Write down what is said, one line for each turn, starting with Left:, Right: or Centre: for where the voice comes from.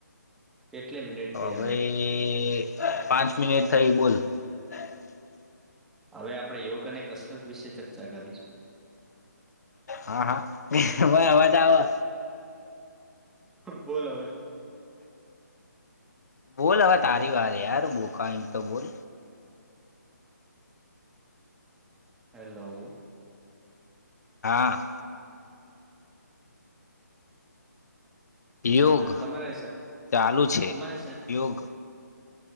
Centre: કેટલી મિનિટ
Left: હ
Centre: થઈ
Left: ભાઈ
Centre: હવે
Left: પાંચ મિનિટ થઈ બોલ. હ <unintelligible>
Centre: હવે આપડણે યોગ અને કસરત વિશે ચર્ચા કરીશું.
Left: હા હા અવાજ આવે.
Centre: બોલ હવે.
Left: બોલ હવે તારી વારે યાર બોક એમ તો બોલ.
Centre: હેલો.
Left: હા. યોગ
Centre: હા તમારે
Left: ચાલુ છે
Centre: તમારે
Left: યોગ